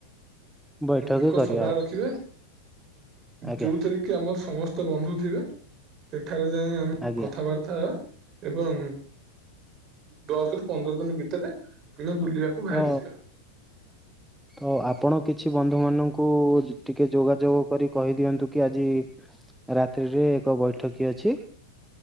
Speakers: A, in the centre; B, on the right (about 35°).
A: ବୈଠକ
B: ଏକ
A: କରିବା
B: ସଭା
A: ଆଉ
B: ରଖିବା
A: ଆଜ୍ଞା
B: ଯୋଉଥିରେ କି ଆମର ସମସ୍ତ ବନ୍ଧୁ ଥିବେ ସେଠାରେ ଯାଇ ଆମେ
A: ଆଜ୍ଞା
B: କଥାବାର୍ତ୍ତା କଥା ହ ଏବଂ ଦଶ ରୁ ପନ୍ଦର ଦିନ ଭିତରେ ଆମେ ବୁଲିବାକୁ ବାହାରିଯିବା।
A: ତ ତ ଆପଣ କିଛି ବନ୍ଧୁ ମାନଙ୍କୁ ଟିକେ ଯୋଗାଯୋଗ କରି କହିଦିଅନ୍ତୁ କି ଆଜି ରାତି ରେ ଯୋଉ ଏକ ବୈଠକି ଅଛି